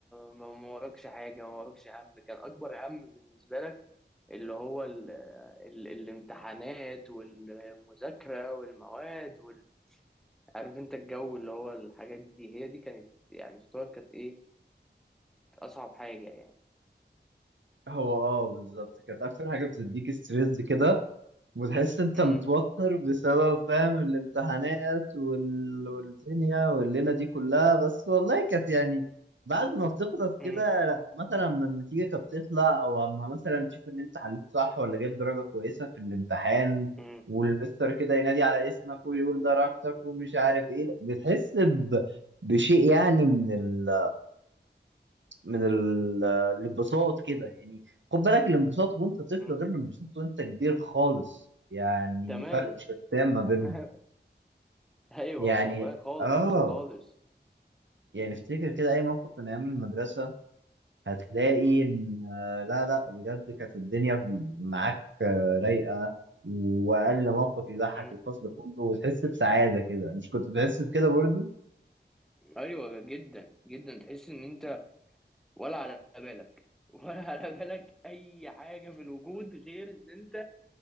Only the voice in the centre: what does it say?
ما ما وراكش حاجة ما وراكش هم كان أكبر هم بالنسبة لك اللي هو ال ال الامتحانات والمذاكرة والمواد وال... عارف انت الجو اللي هو الحاجات دي هي دي كانت يعني الصور كانت ايه أصعب حاجة يعني
مم.
مم.
مم.
مم.
تماما
تماما <laughs> ايوه
والله خالص
خالص
مم.
مم.
ايوه جدا جدا تحس ان انت ولا على بالك <laughs> ولا على بالك اي حاجه في الوجود غير ان انت